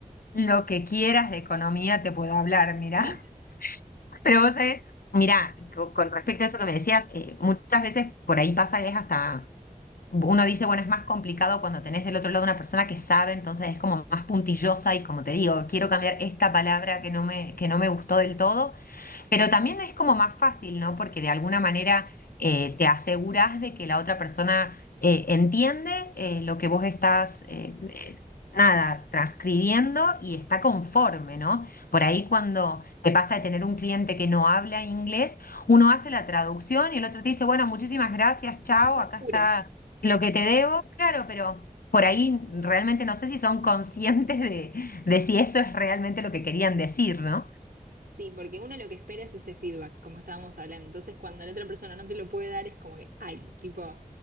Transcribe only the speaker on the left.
lo que quieras de economía te puedo hablar, mira.
Pero vos sabés, mira, co- con respecto a eso que me decías, eh, muchas veces por ahí pasa que es hasta... Uno dice, bueno, es más complicado cuando tenés del otro lado una persona que sabe, entonces es como más puntillosa y como te digo, quiero cambiar esta palabra que no me, que no me gustó del todo Pero también es como más fácil, ¿no? Porque de alguna manera eh, te aseguras de que la otra persona eh, entiende eh, lo que vos estás, eh, eh, nada, transcribiendo y está conforme, ¿no?
Por ahí cuando te pasa de tener un cliente que no habla inglés, uno hace la traducción y el otro te dice, bueno, muchísimas gracias, chao,
acá
está lo
que te debo. Claro, pero por ahí realmente no sé si son conscientes de, de si eso es realmente lo que querían decir, ¿no?